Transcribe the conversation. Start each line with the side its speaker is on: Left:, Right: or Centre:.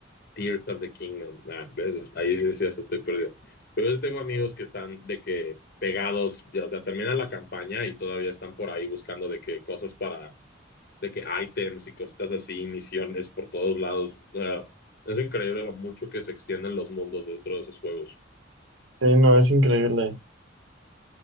Left: Tears of the Kingdom. Ah, ves, ahí decías, estoy perdido. Pero yo tengo amigos que están de que pegados, ya, o sea, termina la campaña y todavía están por ahí buscando de que cosas para, de que items y cositas así, misiones por todos lados. O sea, es increíble lo mucho que se extienden los mundos dentro de esos juegos.
Right: Sí, no, es increíble.